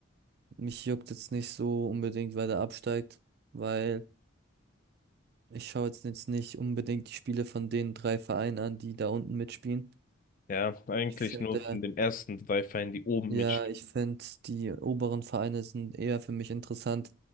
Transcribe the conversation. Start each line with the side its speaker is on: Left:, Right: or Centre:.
Right: mich juckt jetzt nicht so unbedingt, wer da absteigt, weil ich schaue jetzt, jetzt nicht unbedingt die Spiele von den drei Vereinen an, die da unten mitspielen.
Left: Ja, eigentlich
Right: Ich finde,
Left: nur von den ersten drei Vereinen, die oben
Right: ja,
Left: mit
Right: ich finde, die oberen Vereine sind eher für mich interessant